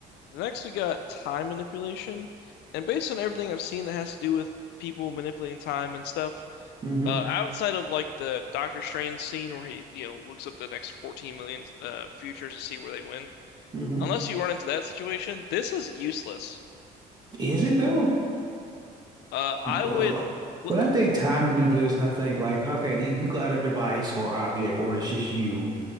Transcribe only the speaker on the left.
next we got time manipulation. And based on everything I've seen that has to do with people manipulating time and stuff,
uh outside of like the Doctor Strange scene where he, you know, looks up the next 14 million uh futures to see where they win
unless you run into that situation, this is useless.
Uh, I
would well,